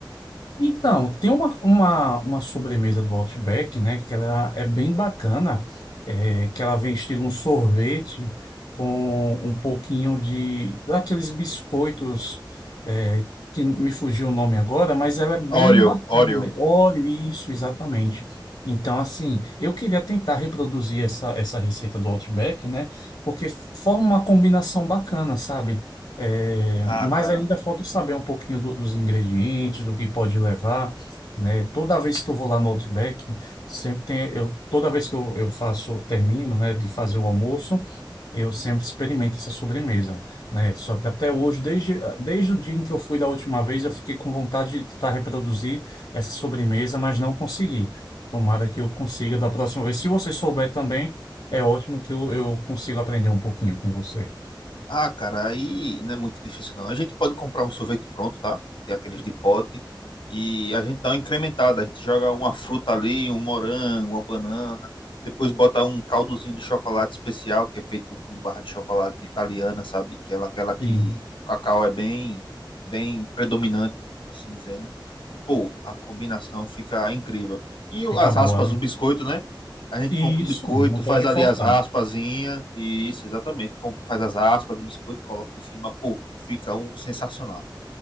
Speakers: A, on the left (about 70°); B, on the left (about 85°).
A: Então, tem uma, uma, uma sobremesa do Outback, né? Que ela é bem bacana, é, que ela vem estilo um sorvete com um pouquinho de daqueles biscoitos é, que me fugiu o nome agora, mas ela é bem
B: Oreo,
A: bacana,
B: Oreo.
A: né? Oreo, isso, exatamente. Então, assim, eu queria tentar reproduzir essa, essa receita do Outback, né? Porque forma uma combinação bacana, sabe? É,
B: Ah,
A: mas
B: cara,
A: ainda falta saber um pouquinho do- dos ingredientes, do que pode levar, né? Toda vez que eu vou lá no Outback, sempre tem, eu, toda vez que eu, eu faço, termino, né, de fazer o almoço, eu sempre experimento essa sobremesa, né? Só que até hoje, desde, desde o dia em que eu fui da última vez, eu fiquei com vontade de tentar reproduzir essa sobremesa, mas não consegui. Tomara que eu consiga da próxima vez. Se você souber também, é ótimo que eu, eu consigo aprender um pouquinho com você.
B: Ah, cara, aí não é muito difícil não. A gente pode comprar um sorvete pronto, tá? Tem aqueles de pote. E a gente dá uma incrementada. A gente joga uma fruta ali, um morango, uma banana. Depois bota um caldozinho de chocolate especial, que é feito com barra de chocolate italiana, sabe? Que é aquela que
A: Sim,
B: o cacau é bem, bem predominante, assim dizendo. E, pô, a combinação fica incrível. E
A: fica
B: as
A: boa,
B: raspas
A: né?
B: do biscoito, né? A gente
A: e
B: compra o
A: Isso,
B: biscoito,
A: não
B: faz
A: pode
B: ali
A: faltar.
B: as raspazinhas. Isso, exatamente. Compra, faz as raspas do biscoito, coloca em cima. Pô, fica um sensacional.